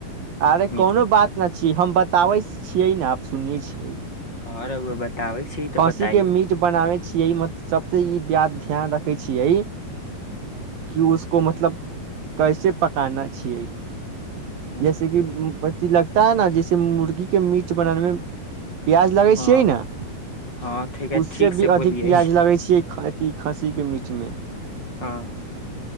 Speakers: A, on the right; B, on the left.
A: अरे
B: मीट
A: कोनो बात नऽ छीयै हम बताबै छियै नऽ आप सुनिये छियै
B: हँ रउआ बताबै छी तऽ
A: खाँसी
B: बताइए
A: केँ मीट बनाबे छियै मत सबसे ई बात ध्यान रखे छियै
B: <inaudible>
A: कि उसको मतलब कैसे पकाना छियै
B: हँ
A: जैसे की <unintelligible> जैसे मुर्गी केँ मिट बनाने मे प्याज लगै
B: हँ
A: छियै नऽ
B: हँ ठीक है,
A: उससे
B: ठीक से
A: भी अधिक
B: बोलियै
A: प्याज लगै छियै अथि खस्सी केँ मीट मे
B: हँ